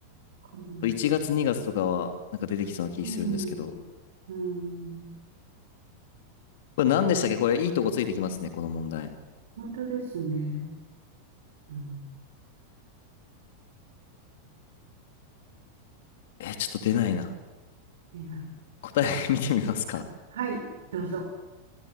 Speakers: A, on the right; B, on the left.
A: みなずき。
B: 1月2月とかは、なんか出てきそうな気するんですけど、
A: うん。うん。
B: これ何でしたっけこれいいとこついてきますね、この問題。
A: 本当ですね。うん。
B: えー、ちょっと出ないな。
A: いない。
B: 答え <laughs> 見てみますか。
A: はい。どうぞ。